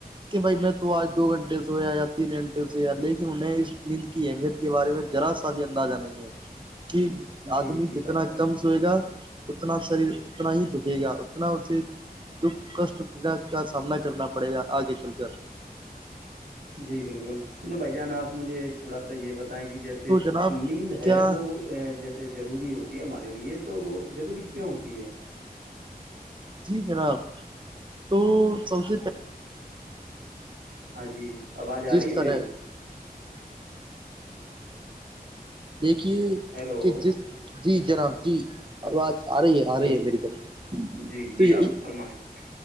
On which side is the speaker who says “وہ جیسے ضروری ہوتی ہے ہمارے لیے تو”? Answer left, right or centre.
Right